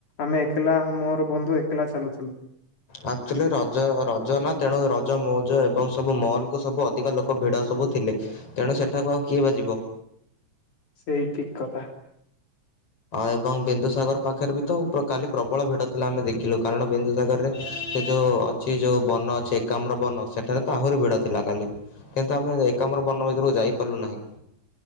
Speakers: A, on the left (about 80°); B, on the left (about 50°).
A: ଆମେ ଏକଲା ମୋର ବନ୍ଧୁ ଏକଲା ଚାଲୁଥିଲୁ।
B: ଆକ୍ଚୁଲି ରଜ ରଜ ନା ତେଣୁ ରଜ ମଉଜ ଏବଂ ସବୁ ମଲ୍କୁୁ ସବୁ ଅଧିକ ଲୋକ ଭିଡ଼ ସବୁ ଥିଲେ। ତେଣୁ ସେଠାକୁ ଆଉ କିଏ ବା ଜିବ।
A: ସେଇ ଠିକ କଥା।
B: ଏବଂ ବିନ୍ଦୁସାଗର ପାଖରେ ବି ତ କାଲି ପ୍ରବଳ ଭିଡ ଥିଲା ଆମେ ଦେଖିଲୁ। କାରଣ ବିନ୍ଦୁସାଗର ରେ ସେ ଯୋଉ ଅଛି। ଯୋଉ ବନ ଅଛି ଏକାମର ବନ ସେଠାରେ ତ ଆହୁରି ଭିଡ ଥିଲା। କାଲି କିନ୍ତୁ ଆମେ ଏକାମ୍ର ବନ ଭିତରକୁ ଯାଇପାରିଲୁ ନାହିଁ।